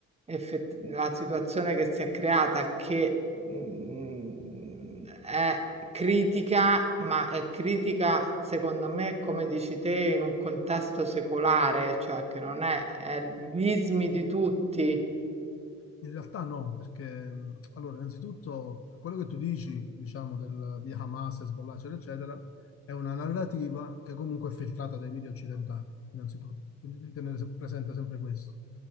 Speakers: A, on the right; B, on the left.
A: effett- la situazione che si è creata, che mhmm, è critica, ma è critica secondo me, come dici te, in un contesto secolare, cioè che non è, è gli ismi di tutti.
B: In realtà no, perché mh, allora, innanzitutto quello che tu dici, diciamo, del- di Hamas, Hezbollah, eccetera, eccetera, è una narrativa che comunque è filtrata dai media occidentali, innanzitutto. Quindi devi tenere se- presente sempre questo.